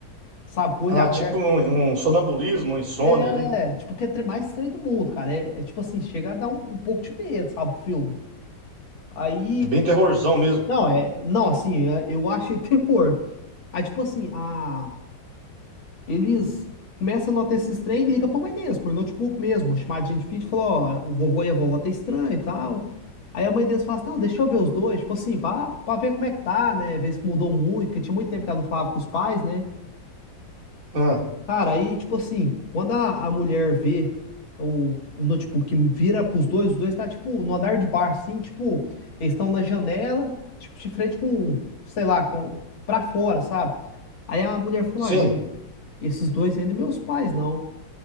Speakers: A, on the left; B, on the right.
A: Sabe, com
B: Ah,
A: o olho aberto.
B: tipo um, um sonambulismo, um insônia
A: É,
B: ali.
A: tipo, que é o trem mais estranho do mundo, cara. É, é, tipo assim, chega a dar um, um pouco de medo, sabe, o filme. Aí,
B: É Bem terrorzão mesmo.
A: não, é, não, assim, é, eu achei <laughs> terror. Aí, tipo assim, a. Eles começam a notar esses trem e ligam pra mãe deles, por notebook mesmo, uma chamadinha de vídeo, falou, ó, o vovô e a vovó tá estranho e tal. Aí a mãe deles fala assim, não, deixa eu ver os dois, tipo assim, pra, pra ver como é que tá, né, ver se mudou muito, porque tinha muito tempo que ela não falava com os pais, né.
B: Ah,
A: Cara, aí, tipo assim, quando a, a mulher vê o, o notebook vira pros dois, os dois tá, tipo, no andar de bar assim, tipo, eles estão na janela, tipo, de frente com, sei lá, com, pra fora, sabe? Aí a mulher falou,
B: sim.
A: "Ai, mas esses dois ainda meus pais, não.